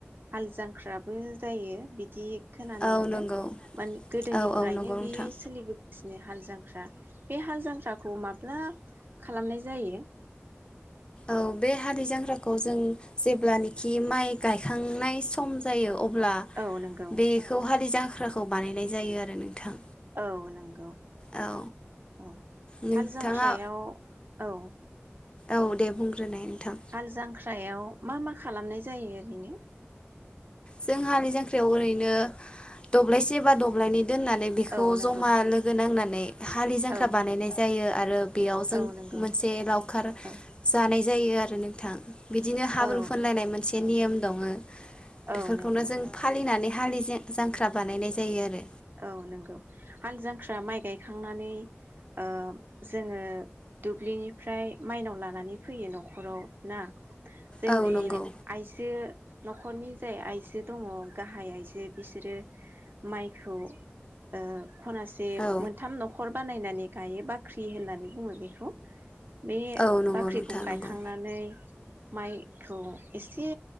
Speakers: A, on the right (about 50°); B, on the left (about 25°).
A: हाल जांख्राबो जायो बिदि खोनानो
B: औ
A: मोनदों
B: नंगौ
A: मानि गोदोनिफ्रायनो
B: औ औ नंगौ नोंथां
A: बे सोलिबोगासिनो हालजा जांख्रा बे हाल जांख्राखौ माब्ला खालामनाय जायो।
B: औ बे हालिजां ख्राखौ जों जेब्लानि खि माइ गायखांनाय सम जायो अब ब्ला
A: औ नंगौ
B: बेखौ हालिजां ख्राखौ बानायनाय जायो आरो नोंथां।
A: औ नंगौ
B: औ
A: उम
B: नोंथाङा
A: हाल जांख्रायाव औ।
B: औ दे बुंग्रोनाय। नोंथां
A: हाल जांख्रा ख्रायाव मा मा खालामनाय जायो ओरैनो।
B: जों हालि जांख्रियाव ओरैनो दब्लायसे बा दब्लायनै दोननानै बेखौ
A: औ नंगौ
B: जमा लोगो नांनानै हालि जांख्रा
A: औ
B: बानायनाय जायो आरो बेयाव जों
A: औ नंगौ
B: मोनसे लावखार
A: औ
B: जानाय जायो आरो नोंथां बिदिनो हाब्रु
A: औ
B: फुनलायनाय
A: नंगौ
B: मोनसे नियम दङो बेफोरखौनो
A: औ नंगौ
B: जों फालिनानै हालि जें जांख्रा बानायनाय जायो आरो
A: औ नंगौ हाल जांख्रा माइ गायखांनानै ओ जोङो दुब्लिनिफ्राय माइनाव लानानै फैयो नखराव ना जोंनि
B: औ नंगौ
A: आइजो नखरनि जाय आइजो दङ गाहाय आइजो बिसोरो माइ खौ ओ खनासे
B: औ
A: मोनथाम नखर बानायनानै गायो बाख्रि होननानै बुङो बेखौ बे
B: औ नंगौ
A: बाख्रिखौ
B: नोंथां
A: गायखांनानै
B: नंगौ
A: माइखौ एसे